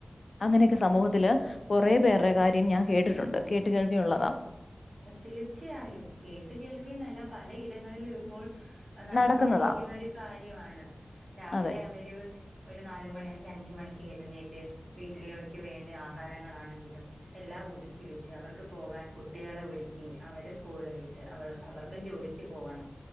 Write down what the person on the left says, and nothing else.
അങ്ങനൊക്കെ സമൂഹത്തില് കൊറേ പേരുടെകാര്യ ഞാൻ കേട്ടിട്ടുണ്ട് കേട്ടുകേൾവിയുള്ളതാ
നടക്കുന്നതാ
അതെ